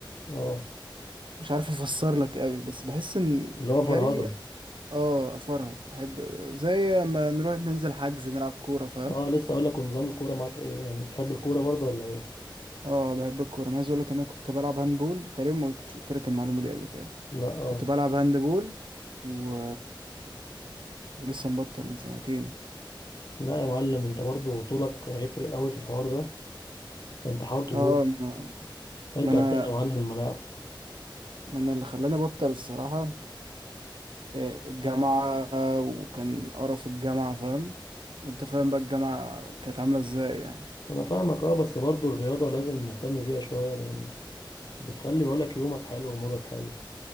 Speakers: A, on the left (about 55°); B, on the right (about 75°).
A: أه
B: مش عارف افسر لك قوي بس بحس ان
A: اللي هو
B: جري
A: فرهدة
B: اه افرهد احب زي ما نروح ننزل حجز نلعب كورة فاهم
A: أه لسه أقول لك ونظام الكورة معاك إيه يعني بتحب الكورة برضه ولا إيه؟
B: اه بحب الكوره انا عايز اقول لك ان انا كنت بلعب هاندبول تقريبا ما كنتش قلت لك المعلومه دي قبل كده
A: لأ أه
B: كنت بلعب هاندبول و ولسه مبطل من سنتين
A: لا يا معلم أنت برضه طولك هيفرق أوي في الحوار ده فأنت حاول تدوس
B: اه ما
A: ارجع
B: ما انا
A: تاني يا معلم الملاعب
B: ما انا اللي خلاني ابطل الصراحه آه، الجامعه وكان قرف الجامعه فاهم وانت فاهم بقى الجامعه كانت عامله ازاي يعني
A: أنا فاهمك أه بس برضه الرياضة لازم نهتم بيها شوية لأن بتخلي بقولك يومك حلو ومودك حلو